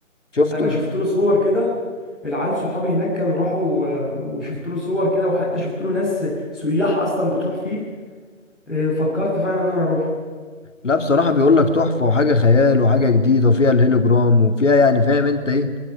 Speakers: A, on the left; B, in the centre.
A: شفته؟
B: انا شفت له صور كده العيال صحابي هناك كانوا راحوا و- وشفت له صور كده وحتى شفت له ناس سياح اصلا بتروح فيه إيه، فكرت فعلا ان انا اروح
A: لا بصراحة بيقول لك تحفة وحاجة خيال وحاجة جديدة وفيها الهيلوجرام وفيها يعني فاهم انت ايه